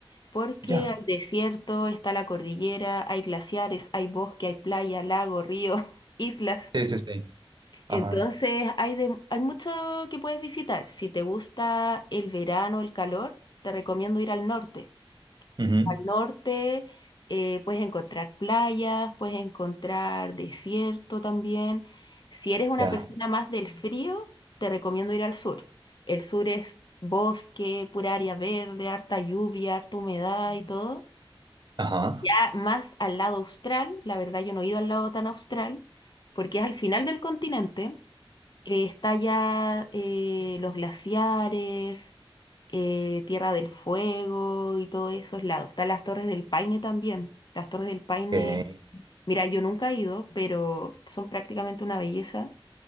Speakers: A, on the left; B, on the right.
A: porque
B: Ya,
A: hay desierto, está la cordillera, hay glaciares, hay bosque, hay playa, lago, río, <laughs> islas.
B: sí, sí, sí.
A: Entonces
B: Ajá.
A: hay, de- hay mucho que puedes visitar. Si te gusta el verano, el calor, te recomiendo ir al norte.
B: Ujú.
A: al norte, eh, puedes encontrar playas, puedes encontrar desierto también. Si eres una
B: Ya.
A: persona más del frío, te recomiendo ir al sur. El sur es bosque, pura área verde, harta lluvia, harta humedad y todo.
B: Ajá.
A: Ya más al lado austral, la verdad yo no he ido al lado tan austral, porque es al final del continente, eh, está ya eh, los glaciares, eh, Tierra del Fuego y todos esos lados. Están las Torres del Paine también. Las Torres del Paine,
B: Ok.
A: mira, yo nunca he ido, pero son prácticamente una belleza,